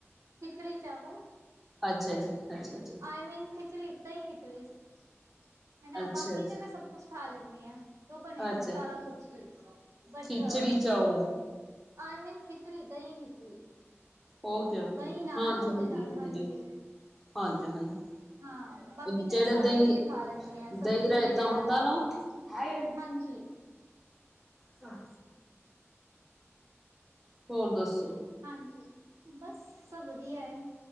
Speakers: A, on the right (about 80°); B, in the centre.
A: ਖਿਚਲੀ ਚਾਵਲ।
B: ਅੱਛਾ ਜੀ, ਅੱਛਾ ਜੀ।
A: ਆਈ ਮੀਨ ਖਿੱਚੜ, ਦਾਹੀ ਖਿੱਚੜੀ। ਹਨਾ
B: ਅੱਛਾ
A: ਬਾਕੀ
B: ਜੀ
A: ਤੇ ਮੈਂ ਸਭ ਕੁਛ ਖਾ ਲੈਂਨੀ ਹਾਂ। ਜੋ ਬਣਿਆ
B: ਅੱਛਾ
A: ਹੈ ਸਾਰਾ ਕੁਛ ਹੀ। ਬਟ
B: ਖਿਚੜੀ ਚੌਲ।
A: ਆਈ ਮੀਨ ਖਿਚੜੀ, ਦਹੀਂ ਖਿਚੜੀ।
B: ਓਕੇ-ਓਕੇ,
A: ਦਹੀਂ ਨਾਲ
B: ਹਾਂਜੀ
A: ਉਹਦੇ
B: ਹੁੰਦੀ
A: ਨਾਲ
B: ਆ
A: ਹਾਂਜੀ
B: ਹੁੰਦੀ, ਹਾਂਜੀ ਹਾਂਜੀ।
A: ਹਾਂ ਬਾਕੀ ਤੇ
B: ਜਿਹੜੇ
A: ਮੈਂ ਸਾਰਾ
B: ਦਹੀਂ-
A: ਕੁਛ ਹੀ ਖਾ ਲੈਂਦੀ ਹਾਂ ਸਬਜ਼ੀ
B: ਦਹੀਂ ਰਹੇਤਾ
A: ਵਗੈਰਾ
B: ਹੁੰਦਾ
A: ਦਾਲ
B: ਨਾ। ਸਾਰੇ
A: ਹਾਂਜੀ
B: ਸਾ ਹੋਰ ਦੱਸੋ
A: ਹਾਂਜੀ, ਬਸ ਸਭ ਵਧੀਆ ਹੈ